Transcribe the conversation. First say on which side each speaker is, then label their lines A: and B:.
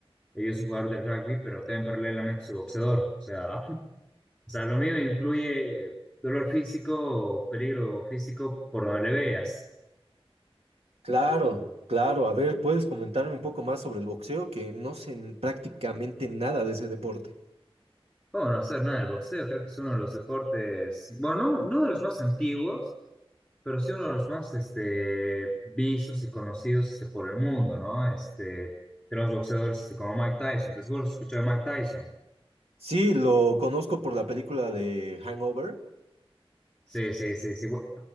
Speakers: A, in the centre; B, on the right.
A: eh, yo soy jugador de rugby, pero también paralelamente soy boxeador. O sea, <laughs> o sea, lo mío incluye dolor físico o peligro físico por donde le veas.
B: Claro, claro. A ver, ¿puedes comentarme un poco más sobre el boxeo? Que no sé n- prácticamente nada de ese deporte.
A: Bueno, hacer nada, el boxeo creo que es uno de los deportes, bueno, no, no de los más antiguos, pero sí uno de los más este, vistos y conocidos este, por el mundo, ¿no? Este, tenemos boxeadores este, como Mike Tyson, te seguro has escuchado de Mike Tyson.
B: Sí, lo conozco por la película de Hangover.
A: Sí, sí, sí, sí. bu-